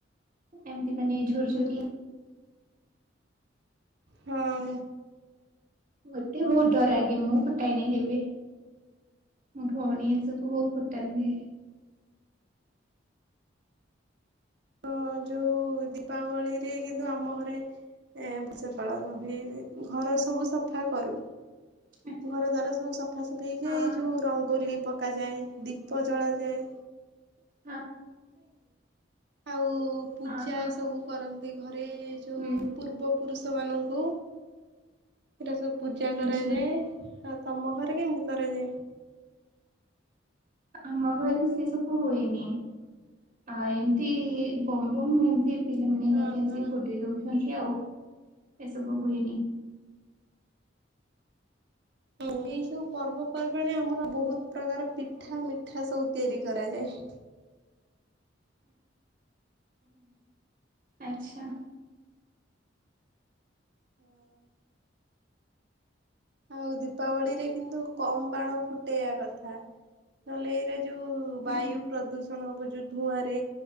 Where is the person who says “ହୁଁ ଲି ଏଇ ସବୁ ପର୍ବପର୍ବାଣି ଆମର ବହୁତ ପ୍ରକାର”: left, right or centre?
Right